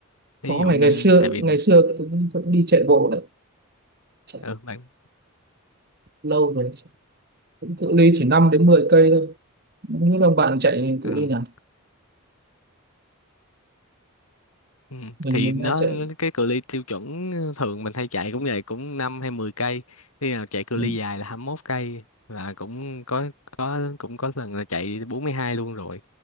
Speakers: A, on the left; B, on the right.
A: ví
B: có
A: dụ
B: ngày
A: như
B: ngày xưa
A: tại vì
B: ngày xưa cũng, cũng đi chạy bộ đấy chạy
A: ừ, bạn
B: lâu rồi cũng cự ly chỉ 5 đến 10 cây thôi những đồng bạn chạy
A: ừ,
B: cự ly nào
A: ừ,
B: mình
A: thì
B: mình
A: nó
B: hay chạy
A: cái cự ly tiêu chuẩn thường mình hay chạy cũng vậy cũng 5 hay 10 cây. Khi nào chạy cự
B: ừ,
A: ly dài là 21 cây và cũng có có cũng có lần là chạy 42 luôn rồi.